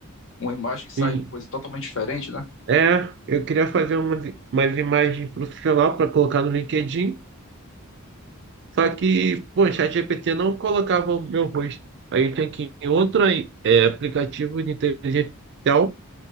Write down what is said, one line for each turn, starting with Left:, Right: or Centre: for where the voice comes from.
Left: uma imagem que sai
Right: sim,
Left: coisa totalmente diferente, né?
Right: é, eu queria fazer umas, umas imagens profissional para colocar no LinkedIn, só que, pô, o ChatGPT não colocava o meu rosto. Aí eu tinha que ir em outro aí, é, aplicativo de inteligência artificial,